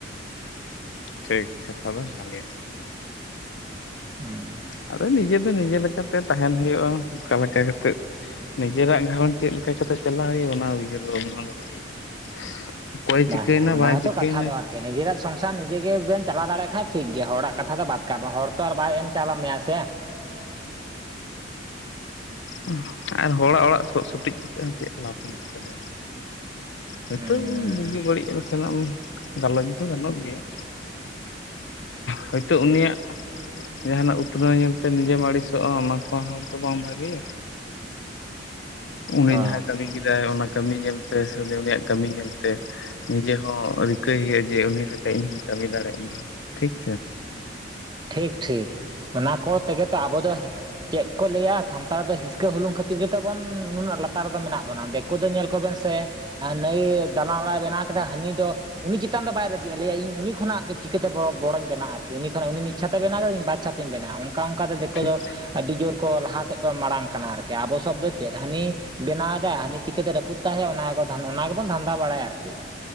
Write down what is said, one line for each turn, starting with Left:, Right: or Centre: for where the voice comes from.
Left: ᱴᱷᱤᱠ ᱠᱟᱛᱷᱟ ᱫᱚ ᱠᱟᱱᱜᱮ
Right: ᱦᱮᱸ
Left: ᱟᱫᱚ ᱱᱤᱡᱮ ᱫᱚ ᱱᱤᱡᱮ ᱞᱮᱠᱟᱛᱮ ᱛᱟᱦᱮᱱ ᱦᱩᱭᱩᱜᱼᱟ ᱚᱠᱟ ᱞᱮᱠᱟ ᱠᱟᱛᱮᱜ ᱱᱤᱡᱮᱨᱟᱜ ᱜᱷᱟᱨᱚᱸᱡᱽ ᱪᱮᱫ ᱞᱮᱠᱟ ᱠᱟᱛᱮᱜ ᱪᱟᱞᱟᱣ ᱦᱩᱭᱩᱜᱼᱟ ᱚᱱᱟ ᱩᱭᱦᱟᱹᱨ ᱵᱷᱟᱵᱱᱟ ᱫᱚᱦᱚᱭ ᱦᱩᱭᱩᱜᱼᱟ ᱚᱠᱚᱭ
Right: <unintelligible>
Left: ᱪᱤᱠᱟᱹᱭᱮᱱᱟ
Right: ᱚᱱᱟ
Left: ᱵᱟᱭ
Right: ᱦᱚᱸ
Left: ᱪᱤᱠᱟᱹᱭᱮᱱᱟ
Right: ᱛᱚ ᱠᱟᱛᱷᱟ ᱫᱚ ᱟᱨᱠᱤ ᱱᱤᱡᱮᱨᱟᱜ ᱥᱚᱝᱥᱟᱨ ᱱᱤᱡᱮᱜ ᱜᱮᱵᱮᱱ ᱪᱟᱞᱟᱣ ᱫᱟᱲᱮᱭᱟᱜ ᱠᱷᱟᱡ ᱴᱷᱤᱠ ᱜᱮᱭᱟ ᱦᱚᱲᱟᱜ ᱠᱟᱛᱷᱟ ᱫᱚ ᱵᱟᱛ ᱠᱟᱜᱼᱟ ᱦᱚᱲ ᱛᱚ ᱟᱨ ᱵᱟᱭ ᱮᱢ ᱪᱟᱞᱟᱣ ᱢᱮᱭᱟ ᱥᱮ
Left: ᱦᱩᱸ ᱟᱨ ᱦᱚᱲᱟᱜ ᱚᱲᱟᱜ ᱥᱚᱜ ᱥᱩᱴᱤᱡ ᱠᱟᱛᱮ ᱦᱚᱸ ᱪᱮᱫ ᱞᱟᱵᱷᱽ ᱢᱮᱱᱟᱜ ᱟᱠᱟᱫᱟ ᱦᱳᱭᱛᱚ
Right: ᱦᱩᱸ
Left: ᱵᱩᱜᱤ ᱵᱟᱹᱲᱤᱡ ᱟᱨᱚ <unintelligible> ᱜᱟᱞᱚᱪ ᱫᱚ ᱜᱟᱱᱚᱜ ᱜᱮᱭᱟ ᱦᱚᱳᱭᱛᱳ ᱩᱱᱤᱭᱟᱜ ᱡᱟᱦᱟᱱᱟᱜ ᱩᱛᱱᱟᱹᱣ ᱧᱮᱞᱛᱮ ᱱᱤᱡᱮ ᱢᱟ ᱟᱹᱲᱤᱥᱚᱜ ᱦᱚᱸ <unintelligible> ᱛᱚ ᱵᱟᱝ ᱵᱷᱟᱜᱮᱭᱟ ᱩᱱᱤ
Right: ᱚ
Left: ᱡᱟᱦᱟᱸᱭ ᱠᱟᱹᱢᱤ ᱠᱮᱫᱟᱭ ᱚᱱᱟ ᱠᱟᱹᱢᱤ ᱧᱮᱞᱛᱮ ᱥᱮ ᱩᱱᱤ ᱩᱱᱤᱭᱟᱜ ᱠᱟᱹᱢᱤ ᱧᱮᱞᱛᱮ ᱱᱤᱡᱮ ᱦᱚᱸ ᱨᱤᱠᱟᱹᱭ ᱦᱩᱭᱩᱜᱼᱟ ᱡᱮ ᱩᱱᱤ ᱞᱮᱠᱟ ᱤᱧ ᱦᱚᱧ ᱠᱟᱹᱢᱤ ᱫᱟᱲᱮᱭᱟᱜ ᱢᱟ ᱴᱷᱤᱠ
Right: ᱴᱷᱤᱠ ᱴᱷᱤᱠ ᱚᱱᱟ ᱠᱚ ᱛᱮᱜᱮ ᱛᱚ ᱟᱵᱚ ᱫᱚ ᱪᱮᱫ ᱠᱚ ᱞᱟᱹᱭᱻᱟ ᱥᱟᱱᱛᱟᱲ ᱫᱚ ᱦᱤᱥᱠᱟᱹ ᱦᱩᱞᱩᱝ ᱠᱷᱟᱹᱛᱤᱨ <unintelligible> ᱛᱟᱵᱚᱱ ᱱᱩᱱᱟᱹᱜ ᱞᱟᱛᱟᱨ ᱨᱮ ᱫᱚ ᱢᱮᱱᱟᱜ ᱵᱚᱱᱟ ᱫᱤᱠᱩ ᱫᱚ ᱧᱮᱞ ᱠᱚᱵᱮᱱ ᱥᱮ ᱱᱟᱹᱭ ᱫᱟᱞᱟᱝ ᱚᱲᱟᱜ ᱵᱮᱱᱟᱣ ᱦᱟᱹᱱᱤ ᱫᱚ ᱩᱱᱤ ᱪᱮᱛᱟᱱ ᱫᱚ ᱵᱟᱭ ᱨᱟᱹᱜᱤᱜ ᱞᱟᱹᱭ ᱟᱭ ᱤᱧ ᱩᱱᱤ ᱠᱷᱚᱱᱟᱜ ᱪᱤᱠᱟᱹᱛᱮ ᱵᱚᱲᱚᱧ ᱵᱮᱱᱟᱜᱼᱟ ᱟᱨᱠᱤ ᱩᱱᱤ ᱛᱟᱦᱚᱞᱮ ᱩᱱᱤ ᱢᱤᱫ ᱪᱷᱟᱛᱮᱭ ᱵᱮᱱᱟᱣᱫᱟ ᱤᱧ ᱵᱟᱨ ᱪᱷᱟᱛᱮᱧ ᱵᱮᱱᱟᱣᱟ ᱚᱱᱠᱟ ᱚᱱᱠᱟᱛᱮ ᱫᱤᱠᱳ
Left: ᱴᱷᱤᱠ
Right: ᱫᱚ ᱟᱹᱰᱤ ᱡᱳᱨ ᱠᱚ ᱞᱟᱦᱟ ᱥᱮᱫ ᱠᱚ ᱢᱟᱲᱟᱝ ᱠᱟᱱᱟ ᱟᱨᱠᱤ <unintelligible> ᱟᱵᱚ ᱥᱚᱵ ᱫᱚ ᱪᱮᱫ ᱦᱟᱱᱤ ᱵᱮᱱᱟᱣ ᱫᱟᱭ ᱦᱟᱱᱤ ᱪᱤᱠᱟᱹᱛᱮ ᱨᱟᱹᱯᱩᱫ ᱛᱟᱭ ᱦᱩᱭᱩᱜᱼᱟ ᱚᱱᱟ ᱜᱮ ᱚᱱᱟ ᱜᱮᱵᱚᱱ ᱫᱷᱟᱸᱱᱫᱟ ᱵᱟᱲᱟᱭᱟ ᱟᱨᱠᱤ